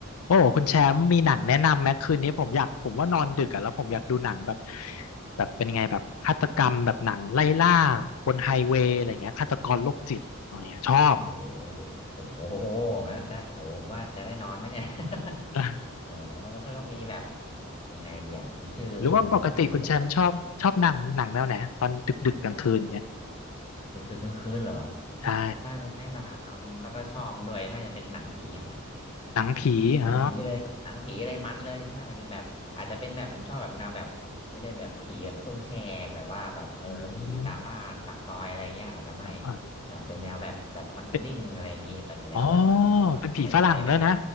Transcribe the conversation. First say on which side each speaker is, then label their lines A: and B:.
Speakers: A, on the left (about 80°); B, on the left (about 25°).
A: โอ้คุณแชมป์มีหนังแนะนำไหมคืนนี้ผมอยากผมว่านอนดึกอะแล้วผมอยากดูหนังแบบแบบเป็นไงแบบฆาตกรรมแบบหนังไล่ล่าบนไฮเวย์อะไรเงี้ยฆาตกรโรคจิตอะไรเงี้ยชอบ
B: อ่ะโอ้โหโอ้โหแล้วจะโอ้โหผมว่าจะได้นอนไหมเนี่ย
A: <laughs>
B: <laughs>
A: อ่ะ
B: เออถ้าก็มีแบบยังไงดีอ่ะมันชื่อมันล่าสุดมัน
A: หรือว่าปกติคุณแชมป์ชอบชอบหนังหนังแนวไหนตอนดึกดึกกลางคืนอย่างเงี้ย
B: ดึกดึกกลางคืนเหรอถ้าถ้าจะแนะนำแล้วก็ชอบด้วยน่าจะเป็นหนังผีครับ
A: ใช่
B: <laughs>
A: หนังผีอ๋อ
B: หนังผีเลย หนังผีเลยมันเลยใช่เป็นแบบอาจจะเป็นแบบผมชอบแบบแนวแบบไม่ได้แบบผีแบบตุ้งแชร์แบบว่าแบบเออผีตามบ้านปากซอยอะไรเงี้ยอาจจะไม่
A: อืมอ่า
B: เออเป็นแนวแบบแบบคอนเจลิ่งอะไรอย่างงี้เป็นแนวแบบแนวแบบใช้ใช้แบบ
A: เป็นอ๋อเป็นผีฝรั่งด้วยนะ